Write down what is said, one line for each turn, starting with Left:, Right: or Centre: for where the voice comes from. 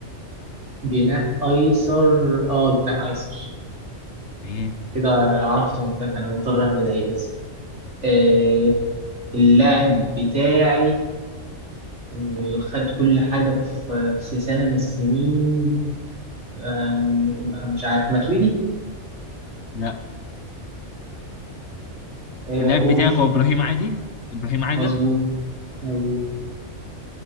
Right: جناح أيسر اه جناح أيسر
Left: تمام
Right: كده عرفته انت انا مضطر اهبد اي اسم آه، اللاعب بتاعي آه، خد كل حاجة في في سنة من السنين آم، آه، مش عارف ماتويدي
Left: لا
Right: آه،
Left: اللاعب
Right: قول
Left: بتاعي هو إبراهيم عادي إبراهيم عادل
Right: مظبوط مظبوط